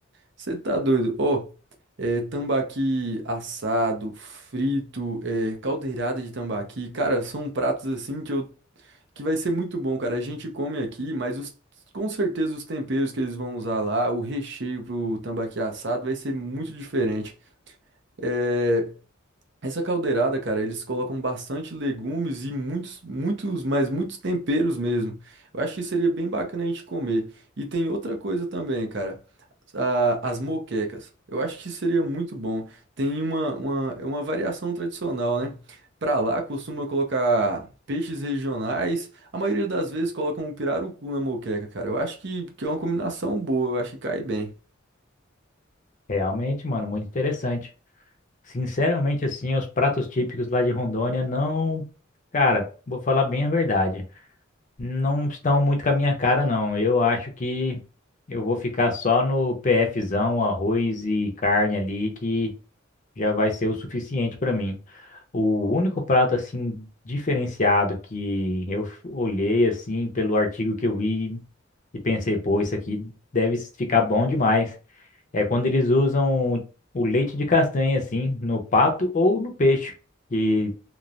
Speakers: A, on the right; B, on the left.
A: Você tá doido? Ó, é tambaqui assado, frito, é, caldeirada de tambaqui. Cara, são pratos assim que eu que vai ser muito bom, cara. A gente come aqui, mas os, com certeza os temperos que eles vão usar lá, o recheio pro tambaqui assado vai ser muito diferente. É, essa caldeirada, cara, eles colocam bastante legumes e muitos, muitos, mas muitos temperos mesmo. Eu acho que seria bem bacana a gente comer. E tem outra coisa também, cara. a- as moquecas. Eu acho que seria muito bom. Tem uma, uma, é uma variação tradicional, né? Pra lá costuma colocar peixes regionais. A maioria das vezes colocam um pirarucu na moqueca, cara. Eu acho que, que é uma combinação boa. Eu acho que cai bem.
B: Realmente, mano, muito interessante. Sinceramente, assim, os pratos típicos lá de Rondônia não... Cara, vou falar bem a verdade. não estão muito com a minha cara, não. Eu acho que eu vou ficar só no PFzão, arroz e carne ali, que já vai ser o suficiente para mim. O único prato, assim, diferenciado que eu f- olhei, assim, pelo artigo que eu vi e pensei, pô, isso aqui deve s- ficar bom demais, é quando eles usam o leite de castanha, assim, no pato ou no peixe, que